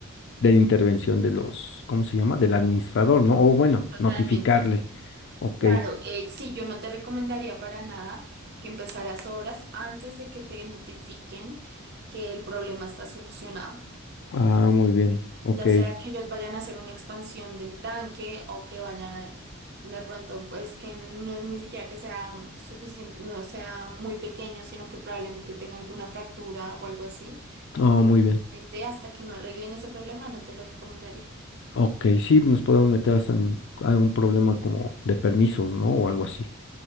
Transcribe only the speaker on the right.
Totalmente.
Claro, eh, sí, yo no te recomendaría para nada que empezaras obras antes de que te notifiquen que el problema está solucionado.
Ya sea que ellos vayan a hacer una expansión del tanque o que vayan de pronto, pues que no es ni siquiera que sea suficiente, no sea muy pequeño, sino que probablemente tenga alguna fractura o algo así.
Definitivamente,
hasta que no arreglen ese problema, no te lo recomendaría.